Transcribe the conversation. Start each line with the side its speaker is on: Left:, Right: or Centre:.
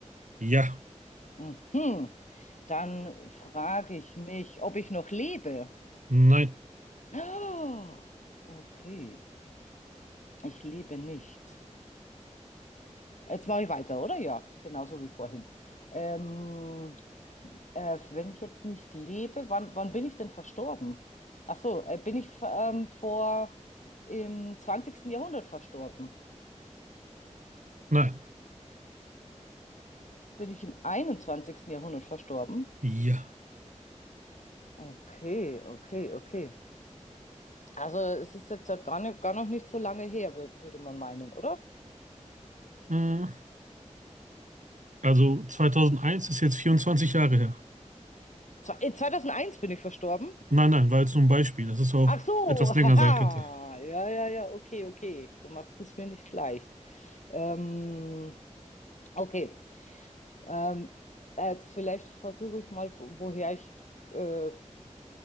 Right: ja,
Left: Mhm. Dann frage ich mich, ob ich noch lebe.
Right: nein,
Left: <gasps> Oh, okay, ich lebe nicht. Jetzt mache ich weiter, oder? Ja, genauso wie vorhin. Ähm, äh, wenn ich jetzt nicht lebe, wann, wann bin ich denn verstorben? Ach so, äh, bin ich ähm, vor im zwanzigsten Jahrhundert verstorben?
Right: nein,
Left: Bin ich im einundzwanzigsten Jahrhundert verstorben?
Right: ja.
Left: Okay, okay, okay. Also es ist jetzt ja gar nicht, gar noch nicht so lange her, wür- würde man meinen, oder?
Right: Hm, Also zweitausendeins ist jetzt 24 Jahre her.
Left: Zwei- In zweitausendeins bin ich verstorben.
Right: Nein, nein, war jetzt nur ein Beispiel, dass es auch
Left: Ach so,
Right: etwas länger
Left: <laughs> haha.
Right: sein könnte.
Left: Ja, ja, ja, okay, okay. Du machst es mir nicht leicht. Ähm, okay. Ähm, jetzt vielleicht versuche ich mal, wo- woher ich äh,